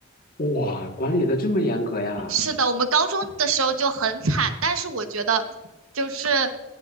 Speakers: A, on the left (about 45°); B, on the right (about 80°).
A: 哇，管理的这么严格呀？
B: 是的，我们高中的时候就很惨，但是我觉得就是